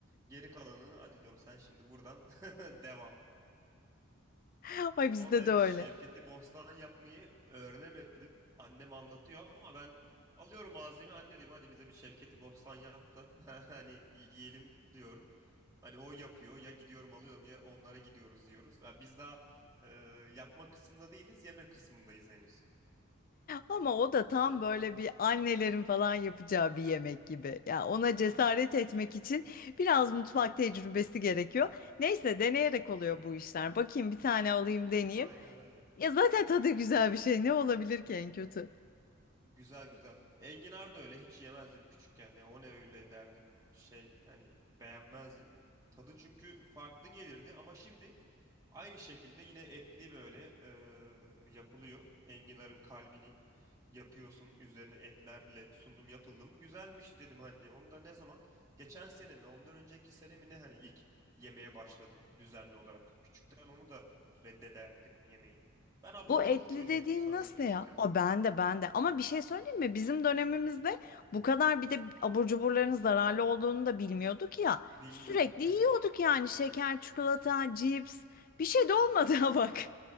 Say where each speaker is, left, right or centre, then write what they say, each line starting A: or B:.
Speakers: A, on the right; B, on the left.
A: Geri kalanını hadi diyorum sen şimdi buradan <laughs> devam.
B: <laughs> Ay bizde
A: Ama ben
B: de öyle.
A: Şevketi Bostan yapmayı öğrenemedim. Annem anlatıyor ama ben alıyorum malzemeyi anne diyorum hadi bize bir Şevketi Bostan yap da <laughs> hani yiyelim diyorum. Hani o yapıyor ya gidiyorum alıyorum ya onlara gidiyoruz diyoruz. Ya biz daha e, yapma kısmında değiliz yeme kısmındayız henüz.
B: Ama o da tam
A: Şevketi
B: böyle
A: Bostan'ı.
B: bir annelerin falan yapacağı bir yemek gibi. Ya ona cesaret etmek için biraz mutfak tecrübesi gerekiyor. Neyse deneyerek oluyor bu işler. Bakayım bir tane alayım deneyeyim.
A: A- aynen öyle.
B: Ya zaten tadı güzel bir şey. Ne olabilir ki en kötü?
A: Güzel güzel. Enginar da öyle hiç yemezdim küçükken. Ya o ne öyle derdim şey hani beğenmezdim. Tadı çünkü farklı gelirdi ama şimdi aynı şekilde yine etli böyle eee, yapılıyor. Enginarın kalbini yapıyorsun. Üzerine etlerle sunum yapıldı mı güzelmiş dedim hani onu da ne zaman geçen sene mi ondan önceki sene mi ne hani ilk yemeye başladım düzenli olarak. Küçükten onu da reddederdim yemeği. Ben abur
B: Bu
A: cubur
B: etli
A: çocuğuydum
B: dediğin
A: sanırım
B: nasıl
A: küçükken.
B: ya? O ben de ben de. Ama bir şey söyleyeyim mi? Bizim dönemimizde bu kadar bir de abur cuburların zararlı olduğunu da bilmiyorduk ya.
A: Bilmiyorduk
B: Sürekli
A: evet.
B: yiyorduk yani şeker, çikolata,
A: Sürekli
B: cips. Bir şey de olmadı
A: hepsinden.
B: <laughs> ha bak.